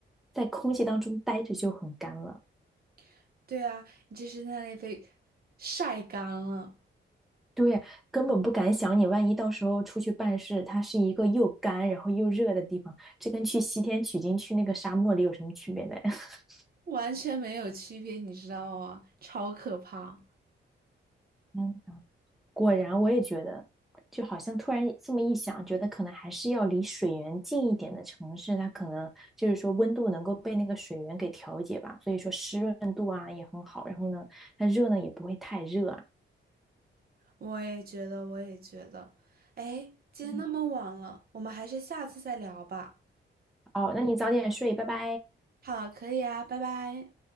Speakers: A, in the centre; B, on the right.
A: 在空气当中待着就很干了。
B: <laughs> 对啊，你这是在那里被晒干了，
A: 对，根本不敢想你，万一到时候出去办事，它是一个又干然后又热的地方，这跟去西天取经去那个沙漠里有什么区别呢？<laughs>
B: 完全没有区别，你知道吗？超可怕！
A: 嗯，果然我也觉得，就好像突然这么一想，觉得可能还是要离水源近一点的城市，它可能就是说温度能够被那个水源给调节吧，所以说湿润度啊也很好，然后呢，它热呢也不会太热啊。
B: 我也觉得，我也觉得。哎，今天那么晚了，
A: 嗯，
B: 我们还是下次再聊吧。
A: 好，那你早点睡，拜拜。
B: 好，可以啊，拜拜。